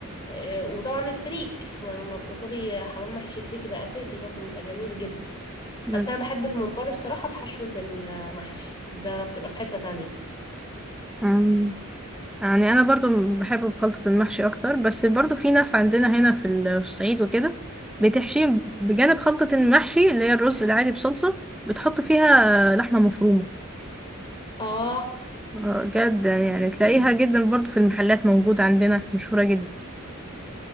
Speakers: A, on the left; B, in the centre.
A: آه، وطبعا الفريك ما ما بتطلبي حمام محشي فريك ده أساسي برضو بيبقى جميل جدا
B: بس
A: بس أنا بحب الممبار الصراحة بحشوة المحشي ده بتبقى في حتة تانية
B: مم. يعني انا برضو بحب خلطة المحشي اكتر بس برضو في ناس عندنا هنا في ال- في الصعيد وكده بتحشيه بجانب خلطة المحشي اللي هي الرز العادي بصلصة بتحط فيها لحمة مفرومة
A: اه
B: آه، جدا يعني تلاقيها جدا برضو في المحلات موجودة عندنا مشهورة جدا